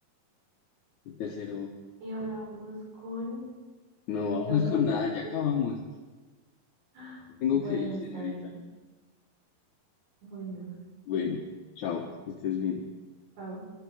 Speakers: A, on the left; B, on the right.
A: el tercero.
B: Y ahora vamos con
A: No
B: eh,
A: vamos
B: nombres
A: con nada,
B: de...
A: ya acabamos.
B: ¡Ah!
A: Tengo
B: Bueno,
A: que ir, señorita.
B: está bien. Bueno,
A: Bueno, chao, que estés bien.
B: Pau.